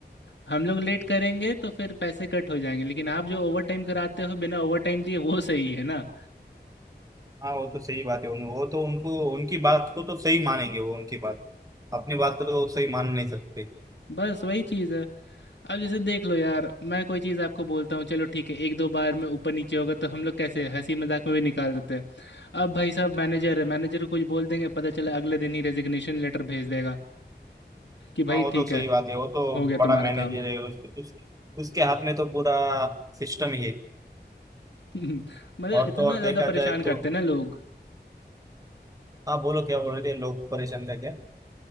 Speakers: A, on the left; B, on the right.
A: हम लोग लेट करेंगे तो फिर पैसे कट हो जाएंगे लेकिन आप जो ओवर टाइम कराते हो बिना ओवर टाइम दिए वो सही है ना
B: हाँ वो तो सही बात है उन वो तो उनको उनकी बात को तो सही मानेंगे वो उनकी बात अपनी बात को तो सही मान नहीं सकते
A: बस वही चीज़ है अब जैसे देख लो यार मैं कोई चीज़ आपको बोलता हूँ चलो ठीक है एक दो बार में ऊपर नीचे होगा तो हम लोग कैसे हंसी मजाक में भी निकाल देते हैं अब भाई साहब मैनेजर है मैनेजर को कुछ बोल देंगे पता चला अगले दिन ही रेजिग्नेशन लेटर भेज देगा कि भाई
B: हाँ वो तो
A: ठीक
B: सही
A: है
B: बात है वो तो
A: हो गया
B: बड़ा
A: तुम्हारा
B: मैनेजर
A: काम
B: है उस, उस, उसके हाथ में तो पूरा सिस्टम ही है
A: <laughs> मतलब
B: और
A: इतना
B: तो और
A: ज़्यादा
B: देखा
A: परेशान
B: जाए
A: करते
B: तो
A: हैं ना लोग
B: हाँ बोलो क्या बोल रहे थे लोग परेशान थे क्या